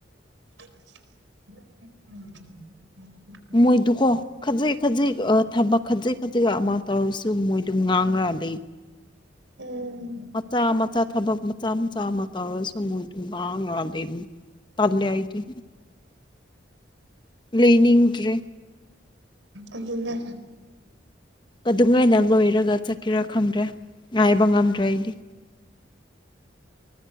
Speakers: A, on the right; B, on the left.
A: <unintelligible>
B: ꯃꯣꯏꯗꯨꯀꯣ ꯈꯥꯖꯤꯛ ꯈꯥꯖꯤꯛ ꯊꯕꯛ ꯈꯥꯖꯤꯛ ꯈꯥꯖꯤꯛ ꯑꯃ ꯇꯧꯔꯁꯨ ꯃꯣꯏꯗꯨ ꯉꯥꯡꯉ꯭ꯔ <unintelligible>
A: ꯎꯝ
B: ꯃꯆꯥ ꯃꯆꯥ ꯊꯕꯛ ꯃꯆꯥ ꯃꯆꯥ ꯑꯃ ꯇꯧꯔꯁꯨ ꯃꯣꯏꯗꯤ ꯉꯥꯡꯉꯔ ꯂꯩꯕꯅꯦ ꯇꯜꯂꯦ ꯑꯩꯗꯤ ꯂꯩꯅꯤꯡꯗ꯭ꯔꯦ
A: ꯑꯗꯨꯅꯦ
B: ꯑꯗꯨꯃꯥꯏꯅ ꯂꯣꯏꯔꯒ ꯆꯠꯀꯦꯔꯥ ꯈꯪꯗ꯭ꯔꯦ ꯉꯥꯏꯕ ꯉꯝꯗ꯭ꯔꯦ ꯑꯩꯗꯤ